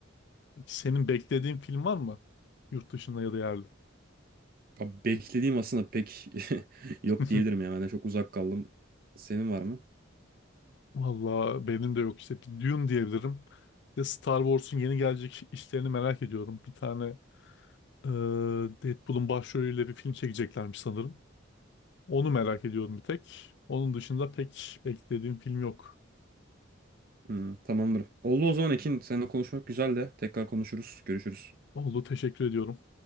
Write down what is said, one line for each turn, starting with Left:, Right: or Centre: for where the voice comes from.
Left: Peki senin beklediğin film var mı? Yurt dışında ya da yerli.
Right: Abi beklediğim aslında pek <laughs> yok
Left: <laughs>
Right: diyebilirim ya. Ben de çok uzak kaldım. Senin var mı?
Left: Valla benim de yok işte. Bir Dune diyebilirim. Bir de Star Wars'un yeni gelecek işlerini merak ediyorum. Bir tane Ee, Deadpool'un başrolüyle bir film çekeceklermiş sanırım. Onu merak ediyorum bir tek. Onun dışında pek beklediğim film yok.
Right: Hmm, tamamdır. Oldu o zaman Ekin. Seninle konuşmak güzel de. Tekrar konuşuruz. Görüşürüz.
Left: Oldu teşekkür ediyorum.